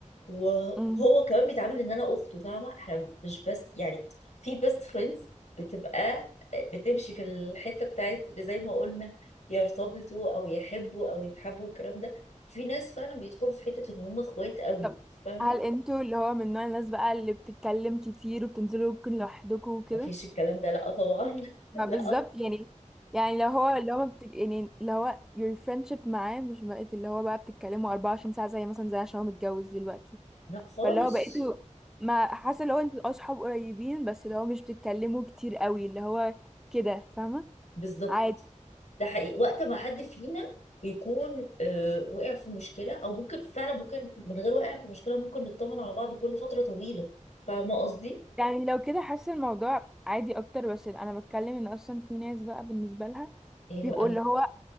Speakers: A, on the left; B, in the centre.
A: وهو
B: امم
A: كمان بيتعامل ان انا اخته فاهمه احنا مش بس يعني في بيست فريندز بتبقى بتمشي في الحته بتاعت اللي زي ما قلنا يرتبطوا او يحبوا او يتحبوا الكلام ده في ناس فعلا بيدخلوا في حته ان هم اخوات قوي
B: طب
A: فاهمه
B: هل انتوا اللي هو من نوع الناس بقى اللي بتتكلم كتير وبتنزلوا ممكن لوحدكم وكده
A: مفيش الكلام ده لا طبعا <laughs>
B: ما بالظبط
A: لا
B: يعني يعني لو هو اللي هو ما بتك... يعني اللي هو your friendship معاه مش بقت اللي هو بقى بتتكلموا 24 ساعة زي مثلا زي عشان هو متجوز دلوقتي
A: لا خالص
B: فاللي هو بقيتوا ما حاسة اللي هو انتوا اصحاب قريبين بس اللي هو مش بتتكلموا كتير قوي اللي هو كده فاهمة
A: بالظبط
B: عادي
A: ده حقيقي وقت ما حد فينا بيكون آه، وقع في مشكله او ممكن فعلا ممكن من غير وقع في مشكله ممكن نطمن على بعض كل فتره طويله فاهمه قصدي
B: يعني لو كده حاسه الموضوع عادي اكتر بس انا بتكلم ان اصلا في ناس بقى بالنسبه لها
A: ايه بقى
B: بيبقوا اللي هو